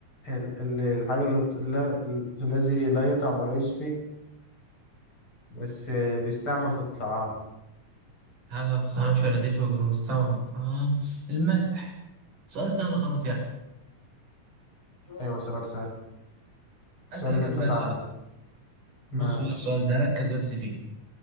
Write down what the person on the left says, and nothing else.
ال... ال... الحاجة اللي بت... لا... ال- الذي لا يطعم ولا يشفي بس آه، بيستعمل في الطعام
ايوه سؤال سهل
سؤال
انت
صعب
بقى ماشي